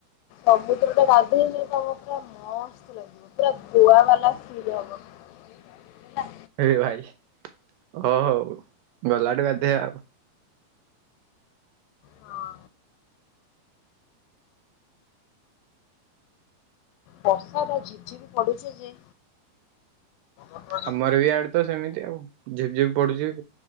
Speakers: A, on the left; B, on the right.
A: ସମୁଦ୍ରରେ ଗାଧୋଇଲେ ପୁରା ମସ୍ତ ଲାଗିବ ପୁରା ଧୁଆ ବାଲା ଫିଲ ହବ ହେଲା।
B: ଏ ଭାଇ ହଉ ଗଲାଠୁ ଗାଧେଇବା ଆଉ।
A: ହଁ ବର୍ଷାଟା ଝିପ୍ ଝିପ୍ ପଡୁଛି ଯେ କଣ
B: ଆମର ବି ଆଡେ ତ ସେମିତି ଆଉ। ଝିପ ଝିପି ପଡୁଛି।